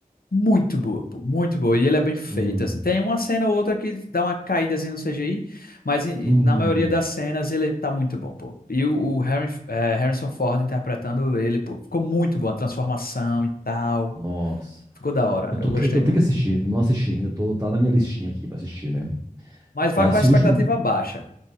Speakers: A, on the left (about 90°); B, on the right (about 20°).
A: Muito boa, pô, muito boa. E ele é bem feito,
B: Hum.
A: assim. Tem uma cena ou outra que dá uma caída assim, no CGI, mas em-
B: Hum.
A: em- na maioria das cenas ele tá muito bom, pô. E o, o Harry, é, Harrison Ford interpretando ele, pô, ficou muito bom. A transformação e tal.
B: Nossa.
A: Ficou da hora.
B: Eu, tô,
A: Eu gostei
B: eu, eu
A: muito.
B: tenho que assistir, não assisti ainda. Tô, tá na minha listinha aqui pra assistir, né?
A: Mas vá
B: É assim,
A: com a expectativa
B: o último.
A: baixa.